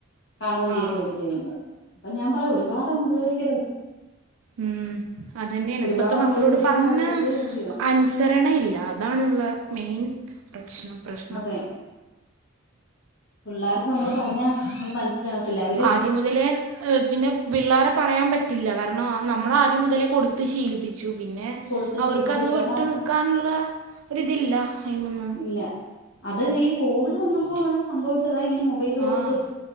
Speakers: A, on the left; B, on the right.
A: കാണോം കേകൊക്കേ
B: ആഹ്
A: ചെയ്യുന്നത് അപ്പൊ ഞാൻ പറയും ഒരുപാടങ്ങ് ഉപയോഗിക്കരുത്
B: മ്മ്ഹ് അതന്നെണ്
A: ഒരുപാടങ്ങ്
B: ഇപ്പത്തെ മക്കളോട്
A: ഉപയോഗിച്ച്
B: പറഞാ
A: കഴിഞ്ഞാൽ അത് വിഷയമല്ലയോ
B: അന്സരണയില്ലാ താണ്ള്ള മെയിൻ പ്രശ്നം പ്രശ്നം
A: അതെ പിള്ളാർക്ക് നമ്മള് പറഞ്ഞാ അത് മനസ്സിലാവത്തില്ല അ
B: ആദ്യം മുതലേ ഹ് പിന്നെ പിള്ളാരെ പറയാ പറ്റില്ല കാരണം നമ്മളാദ്യം മുതലേ കൊടുത്ത് ശീലിപ്പിച്ചു പിന്നെ
A: കൊടുത്ത്
B: അവർക്ക്
A: ശീലിപ്പിച്ച്
B: അത് വിട്ട്
A: അതാണ്
B: നിക്കാനുള്ള ഒരിതില്ല അയ്മന്ന്
A: ഇല്ല അത് ഈ കോവിഡ് വന്നപ്പോ ഉള്ള സംഭവിച്ചതാ ഇങ്ങനെ മൊബൈല് കൊടുപ്പ്
B: ആഹ്